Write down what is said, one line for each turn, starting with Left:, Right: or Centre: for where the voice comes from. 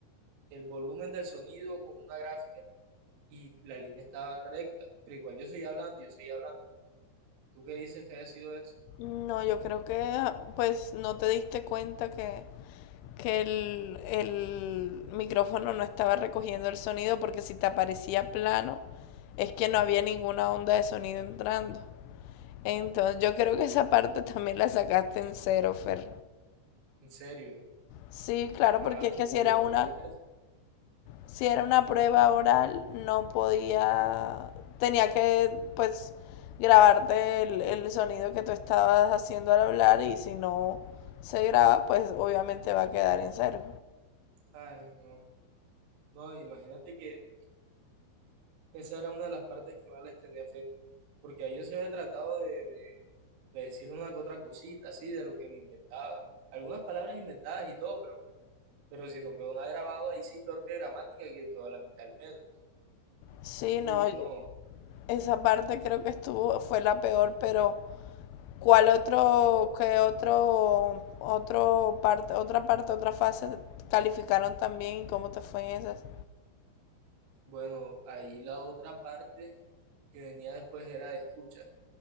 Right: el volumen del sonido con una gráfica y la línea estaba recta, pero igual yo seguía hablando, yo seguía hablando. ¿Tú qué dices que haya sido eso?
Left: No, yo creo que ah, pues no te diste cuenta que, que el, el micrófono no estaba recogiendo el sonido porque si te aparecía plano es que no había ninguna onda de sonido entrando. Entonces yo creo que esa parte también la sacaste en cero, Fer.
Right: ¿En serio?
Left: Sí, claro,
Right: Ay,
Left: porque es que
Right: no,
Left: si
Right: pero
Left: era
Right: no
Left: una...
Right: me digas eso.
Left: si era una prueba oral, no podía, tenía que pues grabarte el, el sonido que tú estabas haciendo al hablar y si no se graba, pues obviamente va a quedar en cero.
Right: Ay, no. No, imagínate que esa era una de las partes que más les tenía fe, porque ahí yo se había tratado de, de, de decir una que otra cosita, así, de lo que me inventaba, algunas palabras inventadas y todo, pero, pero si no quedó nada grabado, ahí sí, peor que gramática, que quedó a la mitad al menos.
Left: Sí,
Right: Uy,
Left: no, yo-
Right: no,
Left: esa parte creo que estuvo, fue la peor, pero ¿cuál otro,
Right: bueno,
Left: qué otro, otro parte, otra parte, otra fase calificaron también y cómo te fue en esas?
Right: bueno, ahí la otra parte que venía después era de escucha,